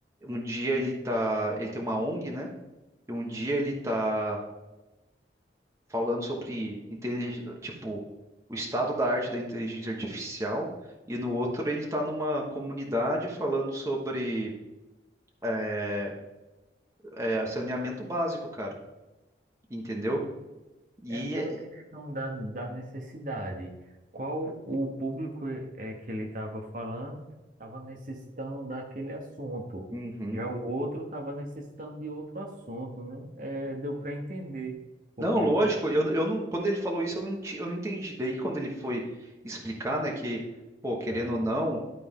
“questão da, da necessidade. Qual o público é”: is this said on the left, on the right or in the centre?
Right